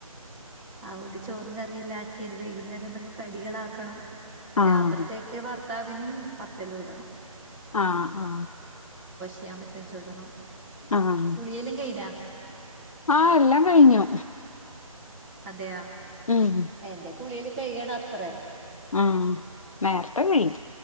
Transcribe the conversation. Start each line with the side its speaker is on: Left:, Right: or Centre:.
Centre: അതുകൊണ്ട് ചോറും കറിയെല്ലാ ആക്കി നി വൈകുന്നേരം എന്തങ്ങും കടികളാ ക്കണം
Left: ആഹ്
Centre: രാത്രിത്തേക്ക് ഭർത്താവിന് പത്തല് ഉടണം
Left: ആ ആ
Centre: ന്നാൻ പറ്റാ ചുടണം
Left: ആഹ്
Centre: കുളിയല്ലം കയ്ന
Left: ആഹ് എല്ലാം കഴിഞ്ഞു
Centre: അതെയാ
Left: ഉം
Centre: എന്റെ കുളിയല്ലാം കയ്യണം അത്രേ
Left: ആ നേരത്തെ കഴിയും